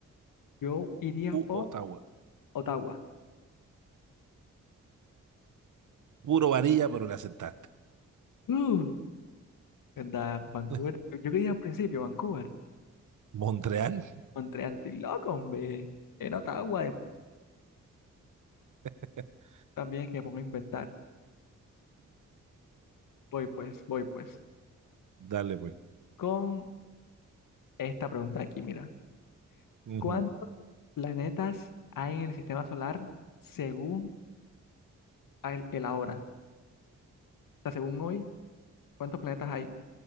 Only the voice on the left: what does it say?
Yo iría
por
Ottawa.
Uh, ¿verdad? Vancouver.
Yo, yo quería al principio Vancouver.
Montreal, estoy loco, hombre. Era Ottawa. y
También que me pongo a inventar. Voy pues, voy pues.
Con esta pregunta de aquí, mira.
¿Cuántos planetas hay en el sistema solar según el, el ahora? O sea, según hoy, ¿cuántos planetas hay